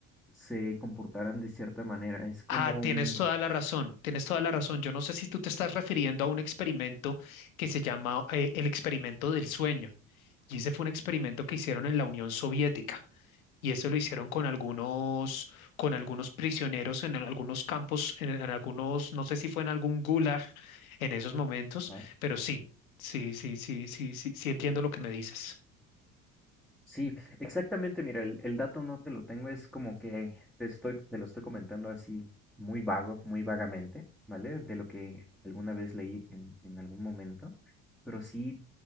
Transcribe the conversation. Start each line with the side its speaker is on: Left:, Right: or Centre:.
Centre: se comportaran de cierta manera. Es como,
Left: Ah, tienes
Centre: mm,
Left: toda la razón, tienes toda la razón. Yo no sé si tú te estás refiriendo a un experimento que se llama, eh, el experimento del sueño. Y ese fue un experimento que hicieron en la Unión Soviética. Y eso lo hicieron con algunos, con algunos prisioneros en algunos campos, en, en algunos, no sé si fue en algún gulag en esos momentos,
Centre: Ah,
Left: pero sí, sí, sí, sí, sí, sí, sí entiendo lo que me dices.
Centre: Sí, exactamente. Mira, el, el dato no te lo tengo, es como que te estoy, te lo estoy comentando así muy vago, muy vagamente, ¿vale? De lo que alguna vez leí en, en algún momento. Pero sí,